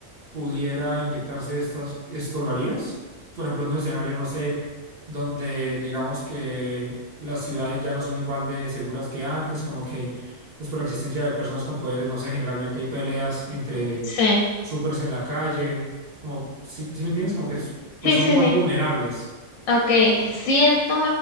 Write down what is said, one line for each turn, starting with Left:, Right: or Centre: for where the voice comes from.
Right: pudiera inyectarse estas, esto lo harías? Por ejemplo, en un escenario, no sé, donde digamos que las ciudades ya no son igual de seguras que antes, como que pues por la existencia de personas con poderes, no sé, generalmente hay peleas entre
Left: Sí,
Right: supers en la calle, como, si si me entiendes? Como que es- pues
Left: sí,
Right: somos
Left: sí,
Right: más
Left: sí.
Right: vulnerables.
Left: Okay. siento